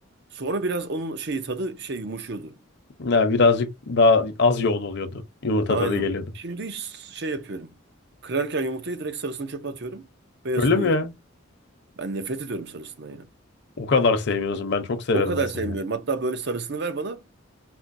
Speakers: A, on the right; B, on the left.
A: Sonra biraz onun şeyi tadı şey yumuşuyordu.
B: Ya birazcık daha az yoğun oluyordu. Yumurta
A: Aynen.
B: tadı geliyordu.
A: Şimdi hiç şey yapıyorum. Kırarken yumurtayı direkt sarısını çöpe atıyorum. Beyazını
B: Öyle mi
A: yiyorum.
B: ya?
A: Ben nefret ediyorum sarısından ya.
B: O kadar sevmiyorsun ben çok severim
A: O kadar
B: mesela.
A: sevmiyorum. Hatta böyle sarısını ver bana.